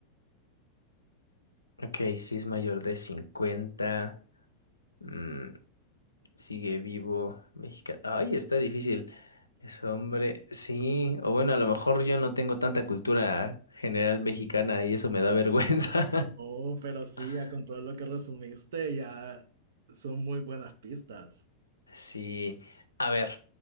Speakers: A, on the left (about 80°); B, on the right (about 60°).
A: ok, si es mayor de 50, mm, sigue vivo. Mexicano. Ay, está difícil. Es hombre. Sí. O bueno, a lo mejor yo no tengo tanta cultura general mexicana y eso me da vergüenza.
B: No, pero sí,
A: <laughs>
B: ya con todo lo que resumiste, ya son muy buenas pistas.
A: Sí. A ver.